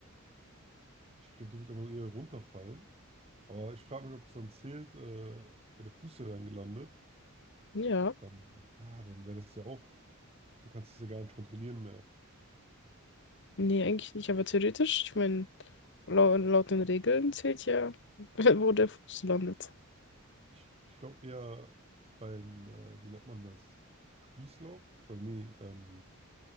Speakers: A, on the right; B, on the left.
A: Ich glaube, du würdest einfach eher runterfallen. Aber ich frage mich, ob das dann zählt, äh, ja, der Fuß ist ja dann gelandet.
B: Ja.
A: Dann, ja, dann wäre das ja auch, du kannst es ja gar nicht kontrollieren mehr.
B: Nee, eigentlich nicht, aber theoretisch, ich meine, laut, laut den Regeln zählt ja, <laughs> wo der Fuß landet.
A: Ich, ich glaube eher beim, äh, wie nennt man das? Spießlauf? Oder nee, ähm,